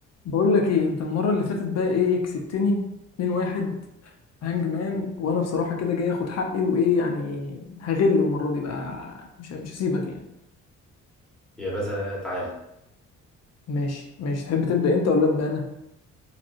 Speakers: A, on the left; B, in the centre.
A: بقول لك ايه انت المره اللي فاتت بقى ايه كسبتني 2-1 هانج مان وانا بصراحه كده جاي اخد حقي وايه يعني هغل المره دي بقى مش مش هسيبك يعني
B: يا باشا تعالى
A: ماشي ماشي تحب تبدا انت ولا ابدا انا